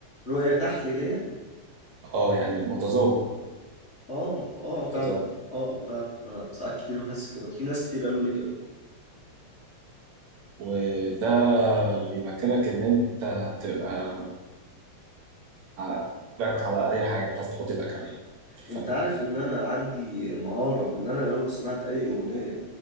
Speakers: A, on the left; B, on the right.
A: رؤية تحليلية
B: آه يعني متذوق
A: اه ما- اه فعلا
B: متذوق
A: اه فعلا انا ساعات كتير بحس كده في ناس كتير قالوا لي كده
B: وده بيمكنك إن أنت تبقى ايدك على اي حاجه بس تحط ايدك عليها في الفن
A: انت عارف ان انا عندي مهارة ان انا لو سمعت اي اغنية